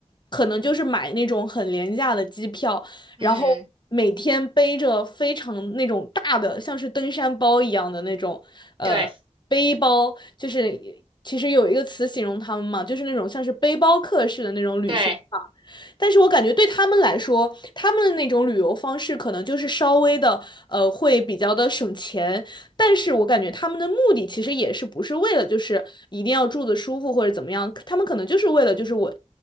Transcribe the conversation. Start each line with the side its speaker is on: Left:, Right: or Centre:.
Left: 可能就是买那种很廉价的机票，
Right: 嗯，
Left: 然后每天背着非常那种大的，像是登山包一样的那种，呃，
Right: 对
Left: 背包，就是其实有一个词形容他们嘛，就是那种像是背包客式的那种旅行法。
Right: 对。
Left: 但是我感觉对他们来说，他们的那种旅游方式可能就是稍微的，呃，会比较的省钱，但是我感觉他们的目的其实也是不是为了就是一定要住的舒服或者怎么样，他们可能就是为了就是我